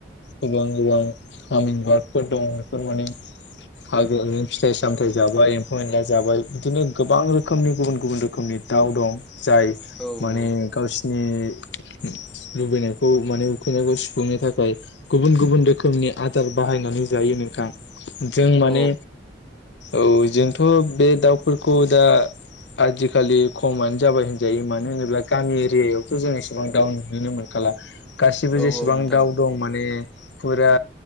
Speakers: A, on the left; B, in the centre.
A: गोबां गोबां आमिन बार्क फोर दं बेफोर माने हागो फिथाइ सामथायाइ जाबाय एम्फौ एनला जाबाय बिदिनो गोबां रोखोमनि गुबुन गुबुन रोखोमनि दाव दं जाय
B: औ
A: मानि
B: औ
A: गावसिनि लुबैनायखौ माने उखैनायखौ सुफुंनो थाखाय गुबुन गुबुन रोखोमनि आदार बाहायनानै जायो नोंथां जों
B: अ
A: माने औ जोंथ' बे दाउफोरखौ दा। आजिखालि खमानो जाबाय होनजायो मानो होनोब्ला गामि एरियायावथ' जों इसेबां दाउ नुनो मोनखाग ला गासिबो
B: औ
A: जेसेबां
B: औ नोंथां
A: दाउ दं माने फुरा